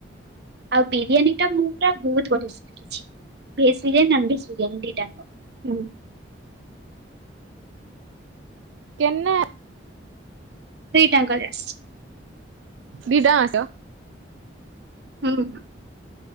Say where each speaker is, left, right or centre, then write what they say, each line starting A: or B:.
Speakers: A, on the right; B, on the right.
A: ହ
B: ଆଉ ବିରିୟାନୀ ଟା ମୁଁ ପୁରା ବହୁତ ବଢିଆ ଶିଖିଛି, veg biryani non veg biryani ଦିଟା ନ ହୁଁ।
A: କେନା
B: ସେଇଟାଙ୍କଲ
A: ଦିଦା ମାଛ
B: ହୁଁ।